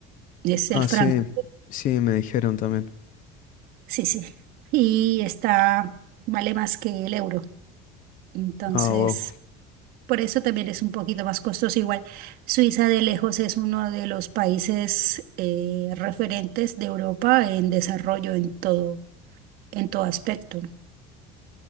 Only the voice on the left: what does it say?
Ah,
sí, sí, me dijeron también.
Ah, wow,